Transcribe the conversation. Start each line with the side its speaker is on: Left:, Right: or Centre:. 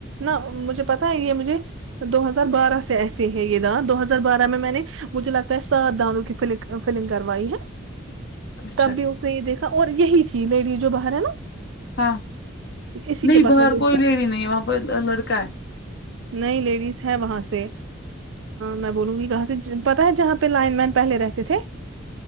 Right: نہ مجھے پتا ہے یہ مجھے دو ہزار بارہ سے ایسے ہیں یہ دانت دو ہزار بارہ میں میں نے مجھے لگتا ہے سات دانتوں کی فلک فلنگ کروائی ہے
Left: <inaudible> اچھا
Right: تب بھی اس نے یہ دیکھا اور یہی تھی لیڈی جو باہر ہے نا
Left: ہاں
Right: اسی
Left: نہیں
Right: کے پاس
Left: باہر
Right: میں گئی
Left: کوئی
Right: تھی،
Left: لیڈی نہیں وہاں پہ لڑکا ہے
Right: نئی لیڈیز ہے وہاں سے میں بولوں گی کہاں سے پتا ہے جہاں پہ لائن مین پہلے رہتے تھے